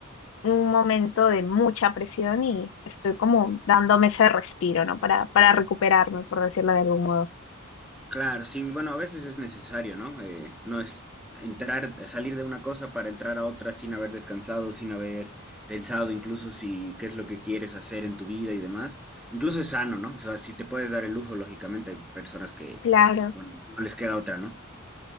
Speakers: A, on the left (about 65°); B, in the centre.
A: un momento de mucha presión y estoy como dándome ese respiro, ¿no? Para, para recuperarme, por decirlo de algún modo.
B: Claro, sí, bueno, a veces es necesario, ¿no? Eh, no es entrar, salir de una cosa para entrar a otra sin haber descansado, sin haber pensado incluso si qué es lo que quieres hacer en tu vida y demás. Incluso es sano, ¿no? O sea, si te puedes dar el lujo, lógicamente, hay personas que,
A: Claro.
B: bueno, no les queda otra, ¿no?